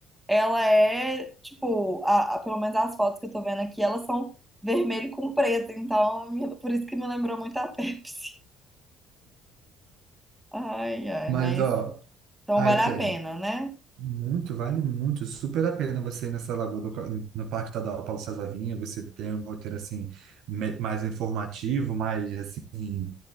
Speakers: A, in the centre; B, on the right (about 60°).
A: Ela é, tipo, a, a- pelo menos as fotos que eu tô vendo aqui, elas são vermelho com preto, então me- por isso que me lembrou muito a <laughs> Pepsi. Ai, ai,
B: Mas,
A: mas
B: ó,
A: então
B: aí
A: vale a
B: tem.
A: pena, né?
B: Muito, vale muito, super a pena você ir nessa lagoa do, Ca- no Parque Estadual Paulo César Vinha, você tem um roteiro, assim, me- mais informativo, mais, assim,